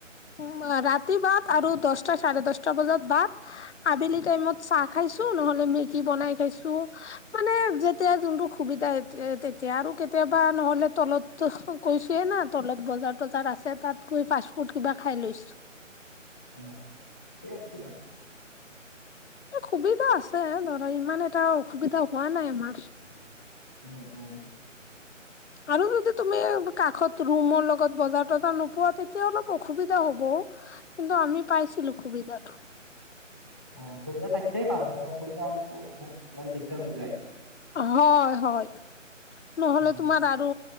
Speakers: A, on the left; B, in the centre.
A: উম্ ৰাতি বাত আৰু দছটা, চাৰে দছটা বজাত বাত আবেলি টাইমত চাহ খাইছো নহলে মেগী বনাই খাইছো। মানে যেতিয়া যোনটো সুবিধা তেতিয়া আৰু কেতিয়াবা নহলে তলত ত কৈছোয়ে না তলত বজাৰ-তজাৰ আছে তাত গৈ ফাষ্ট-ফুড কিবা খাই লৈছো।
B: <unintelligible>
A: সুবিধা আছে ধৰা ইমান এটা অসুবিধা হোৱা নাই আমাৰ।
B: উম্ উম্। <inaudible>
A: আৰু যদি তুমি কাষত ৰুমৰ লগত বজাৰ-তজাৰ নোপোৱা তেতিয়া অলপ অসুবিধা হ'ব। কিন্তু আমি পাইছিলো সুবিধাটো।
B: অ' অসুবিধা থাকিলেই ভাল নহ'লে অসুবিধা হলেতো বহুত ইমান দিগদাৰ হৈ যায়।
A: হয় হয়। নহ'লে
B: উম
A: তোমাৰ আৰু